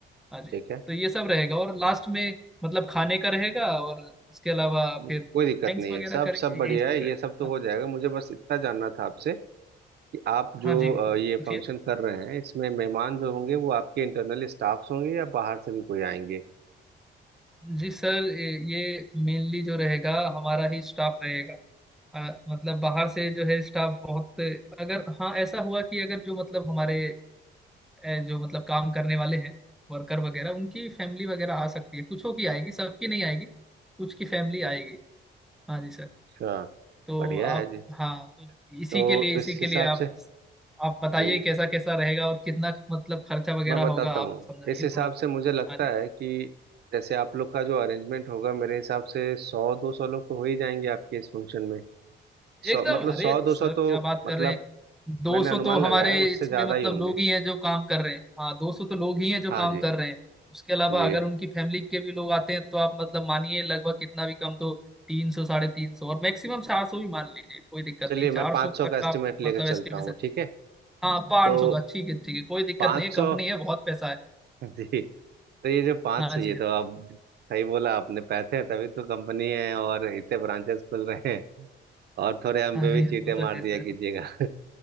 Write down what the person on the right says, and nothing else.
ठीक है
जी
कोई दिक्कत
नहीं
है सब
सब बढ़िया
है
ये सब तो हो
जाएगा मुझे बस इतना जानना था आपसे कि आप
जो
अ, ये
फंक्शन कर रहे हैं इसमें मेहमान जो होंगे वो आपके इंटरनल स्टाफ्स होंगे या बाहर से भी कोई आएंगे
अच्छा
बढ़िया
है जी
तो
इस
हिसाब
से
जी
मैं बताता
हूँ
इस हिसाब
से मुझे लगता
है कि जैसे आप लोग का जो अरेंजमेंट होगा मेरे हिसाब से सौ दो सौ लोग तो हो ही जाएंगे आपके इस फंक्शन में सौ
मतलब
सौ दो
सौ
तो
मतलब
मैंने
अनुमान
लगाया उससे
ज्यादा
ही होंगे
हाँ
जी
जी
चलिए
मैं
पाँच
सौ
का एस्टिमेट
लेकर
चलता
हूँ ठीक है
तो
पाँच
सौ
<laughs> जी तो ये जो पाँच
सौ ये
तो आप सही बोला आपने पैसे हैं तभी तो कंपनी है और इतने ब्रांचेस खुल रहे हैं और थोड़े
हम पे
भी चीटे
मार
दिया
कीजिएगा